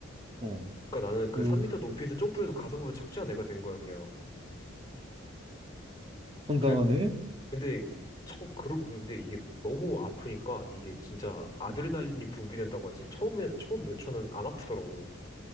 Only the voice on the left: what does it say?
그러니까 나는 그
3m 높이에서 점프해서 가슴으로 착지한 애가 된 거야 그냥.
그래 근데 저 그러 근데 이게 너무 아프니까 이게 진짜 아드레날린이
분비된다고 하지 처음에 처음 몇 초는 안 아프더라고.